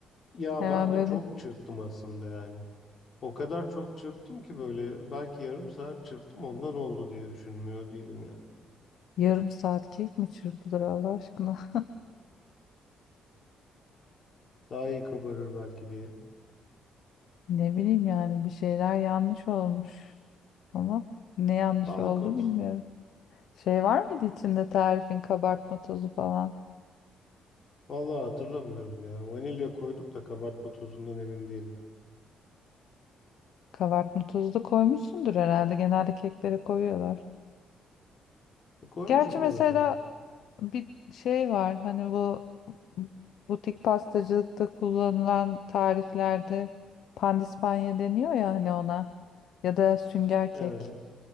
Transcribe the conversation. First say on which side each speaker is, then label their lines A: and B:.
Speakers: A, on the left; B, on the left.
A: Ya
B: hemen
A: ben de
B: böyle
A: çok çırptım aslında yani. O kadar çok çırptım ki böyle belki yarım saat çırptım ondan oldu diye düşünmüyor değilim yani.
B: Yarım saat kek mi çırpılır Allah aşkına? <laughs>
A: Daha iyi kabarır belki diye.
B: Ne bileyim yani bir şeyler yanlış olmuş. Ama ne yanlış
A: Sağlık
B: oldu
A: olsun.
B: bilmiyorum. Şey var mıydı içinde tarifin kabartma tozu falan?
A: Vallahi hatırlamıyorum ya. Vanilya koyduk da kabartma tozundan emin değilim.
B: Kabartma tozu da koymuşsundur herhalde. Genelde keklere koyuyorlar.
A: E, koymuşumdur
B: Gerçi mesela
A: o zaman.
B: bir şey var. Hani bu butik pastacılıkta kullanılan tariflerde pandispanya deniyor ya hani ona. Ya da sünger
A: Evet.
B: kek.